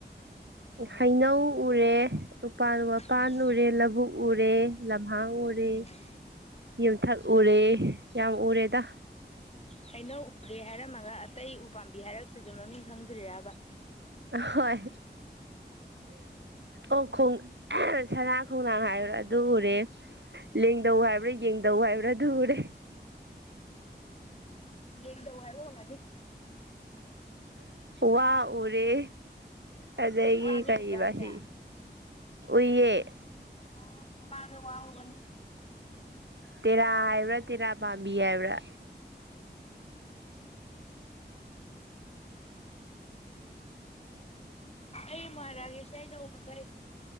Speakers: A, on the left; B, on the right.
A: ꯎꯝ
B: ꯍꯩꯅꯧ ꯎꯔꯦ ꯎꯄꯥꯟ ꯋꯥꯄꯥꯟ
A: ꯎꯝ
B: ꯎꯔꯦ ꯂꯧꯕꯨꯛ ꯎꯔꯦ ꯂꯝꯍꯥꯡ ꯎꯔꯦ
A: ꯎꯝ
B: ꯌꯨꯝꯊꯛ ꯎꯔꯦ ꯌꯥꯝ ꯎꯔꯦꯗ
A: ꯍꯩꯅꯧ ꯎꯔꯦ ꯍꯥꯏꯔꯝꯃꯒ ꯑꯇꯩ ꯎꯄꯥꯥꯝꯕꯤ ꯍꯥꯏꯔꯛꯇ꯭ꯔꯤꯗꯨ ꯃꯃꯤꯡ ꯈꯪꯗ꯭ꯔꯤꯔꯕ
B: ꯍꯣꯏ ꯑꯣ ꯈꯣꯡ ꯁꯅꯥ ꯈꯣꯡꯅꯥꯡ ꯍꯥꯏꯕ꯭ꯔꯥ ꯑꯗꯨ ꯎꯔꯦ ꯂꯦꯡꯗꯧ ꯍꯥꯏꯕ꯭ꯔꯥ ꯌꯦꯡꯗꯧ ꯍꯥꯏꯕ꯭ꯔꯥ ꯑꯗꯨꯨ ꯎꯔꯦ
A: ꯂꯦꯡꯗꯧ ꯍꯥꯏꯕ ꯑꯣꯏꯔꯝꯒꯅꯤ
B: ꯋꯥ ꯎꯔꯦ ꯑꯗꯒꯤ
A: ꯋꯥꯖꯨ
B: ꯀꯔꯤꯑꯦꯕ
A: ꯎꯕ꯭ꯔꯥ ꯍꯥꯏꯖꯦ
B: ꯑꯁꯦ꯫
A: ꯑꯣ
B: ꯎꯏꯌꯦ
A: ꯑꯣ ꯃꯃꯥꯥꯡꯗ ꯋꯥ ꯍꯧꯕꯅꯦ
B: ꯇꯦꯔꯥ ꯍꯥꯏꯕ꯭ꯔꯥ ꯇꯦꯔꯥ ꯄꯥꯝꯕꯤ ꯍꯥꯏꯕ꯭ꯔꯥ
A: ꯑꯩ ꯑꯃꯨꯛ ꯍꯥꯏꯔꯛꯑꯒꯦꯁꯦ ꯑꯩꯅ ꯎꯕꯒꯩ